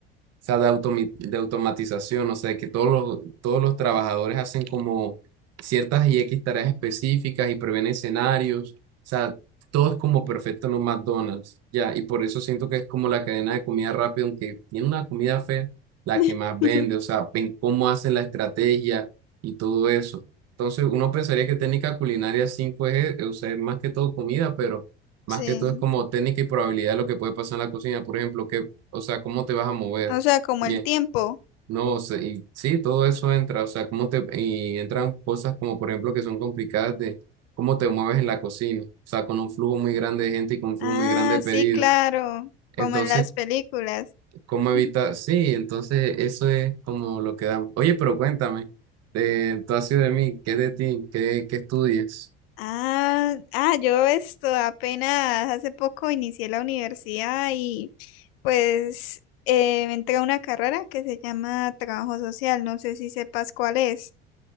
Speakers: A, on the right; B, on the left.
A: o sea, de, automi- de automatización, o sea, que todos los, todos los trabajadores hacen como ciertas y X tareas específicas y prevén escenarios, o sea, todo es como perfecto en un McDonald's, ya, y por eso siento que es como la cadena de comida rápida, aunque tiene una comida fea, la
B: <laughs>
A: que más vende, o sea, ven cómo hacen la estrategia y todo eso. Entonces, uno pensaría que técnica culinaria 5 es, o sea, es más que todo comida, pero más
B: Sí,
A: que todo es como técnica y probabilidad de lo que puede pasar en la cocina, por ejemplo, que, o sea, cómo te vas a mover.
B: o sea, como
A: Bien,
B: el tiempo.
A: no, o sea, y sí, todo eso entra, o sea, cómo te, y entran cosas como por ejemplo que son complicadas de cómo te mueves en la cocina, o sea, con un flujo muy grande de gente y con un
B: Ah,
A: flujo muy grande de
B: sí,
A: pedidos.
B: claro,
A: Entonces,
B: como en las películas.
A: ¿cómo evitar?
B: <laughs>
A: Sí, entonces eso es como lo que damos. Oye, pero cuéntame, eh, tú has sido de mí, ¿qué es de ti? ¿Qué, qué estudias?
B: Ah, ah, yo esto apenas hace poco inicié la universidad y pues eh, me entré a una carrera que se llama trabajo social. No sé si sepas cuál es.